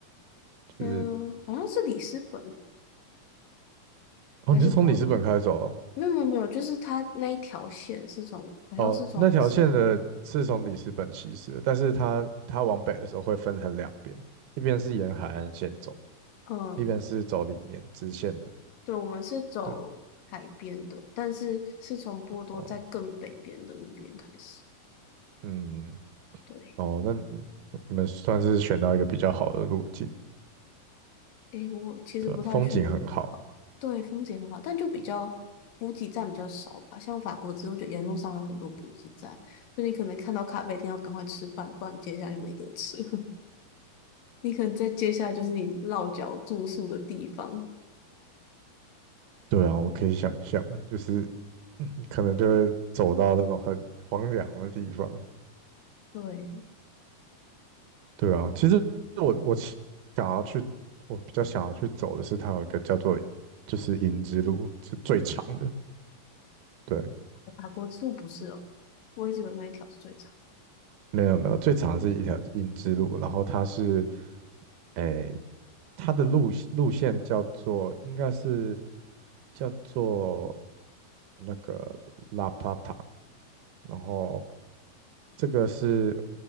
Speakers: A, on the left (about 65°); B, on the right (about 85°).
A: 嗯，
B: 就是
A: 好像是里斯本欸
B: 哦，
A: 还是波多？
B: 你是从里斯本开始走哦，
A: 没有没有没有，就是它那一条线是从，好像是从里斯本，
B: 哦，那条线的是从里斯本起始的，但是它它往北的时候会分成两边，一边是沿海岸线走，
A: 嗯，
B: 一边是走里面直线的，
A: 对，我们是走海边的，
B: 对，
A: 但是是从波多在更北边的那边开始，
B: 哦，嗯，
A: 对。
B: 哦，那你你们算是选到一个比较好的路径，
A: 诶，我其实不太确定比较好。
B: 对啊风景很好。
A: 对，风景很好，但就比较补给站比较少吧。像法国之后，就沿路上有很多补给站，就你可能看到咖啡店要赶快吃饭，不然接下来就没得吃。<laughs> 你可能在接下来就是你落脚住宿的地方。
B: 对啊，我可以想象，就是嗯可能就会走到那种很荒凉的地方。
A: 对，
B: 对啊，其实我我其想要去，我比较想要去走的是它有一个叫做就是银之路，是最长的。对，
A: 法国之路不是哦，我一直以为那一条是最长，
B: 没有没有，最长的是一条银之路，然后它是诶，它的路路线叫做应该是叫做那个拉帕塔，然后这个是